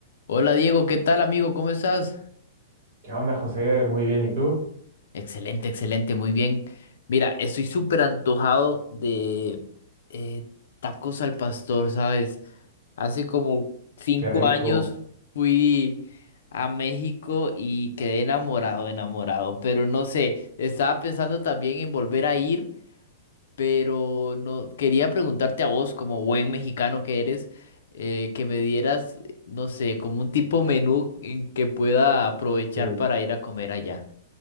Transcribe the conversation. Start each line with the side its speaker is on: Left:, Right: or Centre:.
Left: Hola Diego, ¿qué tal amigo? ¿Cómo estás?
Right: ¿Qué onda, José? Muy bien, ¿y tú?
Left: Excelente, excelente, muy bien. Mira, estoy súper antojado de eh, tacos al pastor, ¿sabes? Hace como cinco
Right: Qué rico.
Left: años fui a México y quedé enamorado, enamorado, pero no sé, estaba pensando también en volver a ir pero no quería preguntarte a vos, como buen mexicano que eres, eh, que me dieras, no sé, como un tipo menú en que pueda aprovechar
Right: Sí.
Left: para ir a comer allá.